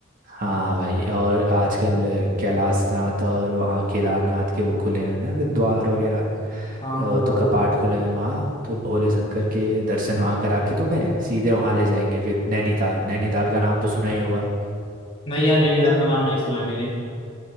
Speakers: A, on the right; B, on the left.
A: हाँ भाई और आजकल कैलाशनाथ और वहाँ केदारनाथ के वो खुले हैं ना कि द्वार वगैरह अ,
B: हाँ हाँ बराबर
A: तो कपाट खुले हैं वहाँ तो भोले शंकर के दर्शन वहाँ करा के तुम्हें सीधे वहाँ ले जाएंगे फिर नैनीताल नैनीताल का नाम तो सुना ही होगा
B: नहीं यार नैनीताल का नाम नहीं सुना है मैंने